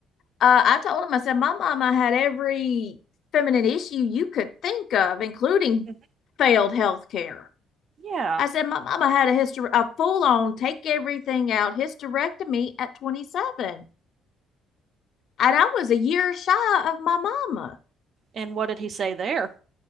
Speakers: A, on the left; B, on the right.
A: Uh, I told him, I said, my mama had every feminine issue you could think of, including
B: mhm,
A: failed health care.
B: yeah.
A: I said, my mama had a hyster- a full on take everything out hysterectomy at 27. And I was a year shy of my mama.
B: And what did he say there?